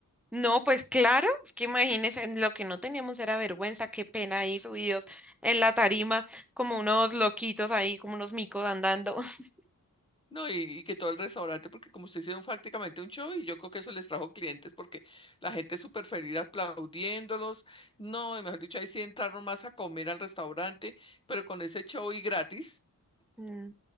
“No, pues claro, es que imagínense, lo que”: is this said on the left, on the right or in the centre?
Centre